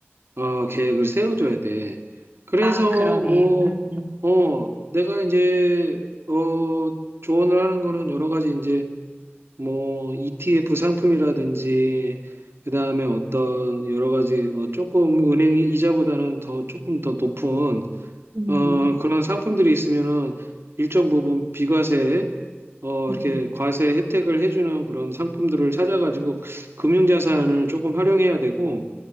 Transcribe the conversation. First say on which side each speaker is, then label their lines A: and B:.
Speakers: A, on the right; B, on the right.
A: 어, 계획을 세워줘야 돼. 그래서
B: 아, 그러네.
A: 뭐,
B: 음.
A: 어, 내가 이제, 어, 조언을 하는 거는 여러 가지 이제 뭐 ETF 상품이라든지 그다음에 어떤 여러 가지 어, 조금 은행 이자보다는 더 조금 더 높은
B: 음.
A: 어, 그런 상품들이 있으면은 일정 부분 비과세 어,
B: 음.
A: 이렇게 과세 혜택을 해주는 그런 상품들을 찾아가지고 금융자산을 조금 활용해야 되고